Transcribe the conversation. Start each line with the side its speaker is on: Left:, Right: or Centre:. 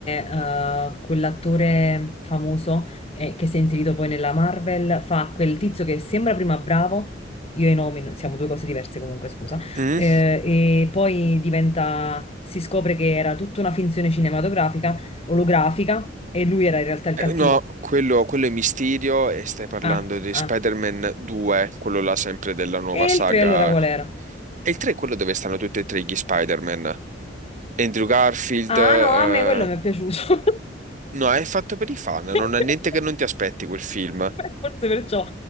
Left: eh, quell'attore famoso eh, che si è inserito poi nella Marvel fa quel tizio che sembra prima bravo, io e i nomi n- siamo due cose diverse comunque, scusa,
Right: Mm?
Left: eh, e poi diventa, si scopre che era tutta una finzione cinematografica, olografica, e lui era in realtà il
Right: Eh,
Left: cattivo.
Right: No, quello, quello è Mysterio e stai parlando
Left: Ah,
Right: di
Left: ah.
Right: Spider-Man 2, quello là sempre della nuova
Left: E
Right: saga.
Left: il 3 allora qual era?
Right: E il 3 è quello dove stanno tutti e tre gli Spider-Man. Andrew Garfield,
Left: Ah
Right: eh,
Left: no, a me quello mi è piaciuto.
Right: no, è fatto per i fan, non
Left: <laughs>
Right: ha niente che non ti aspetti quel film.
Left: Forse perciò.